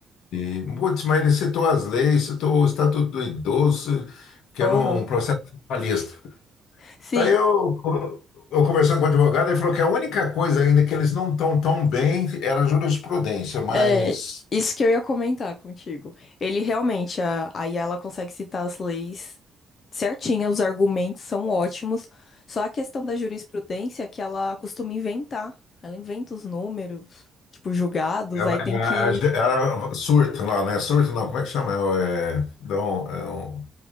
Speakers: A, on the left; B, on the left.
A: E, putz, mas ele citou as leis, citou o Estatuto do Idoso, que
B: Aham.
A: era um processo trabalhista.
B: Sim,
A: Daí eu, eu conversando com o advogado, ele falou que a única coisa ainda que eles não estão tão bem era a jurisprudência, mas
B: É, isso que eu ia comentar contigo. Ele realmente, a, a Yala consegue citar as leis certinha, os argumentos são ótimos. Só a questão da jurisprudência que ela costuma inventar. Ela inventa os números, tipo, julgados,
A: era,
B: aí tem
A: era-
B: que.
A: era surto lá, né? surta não, como é que chama? É, dá um- é um-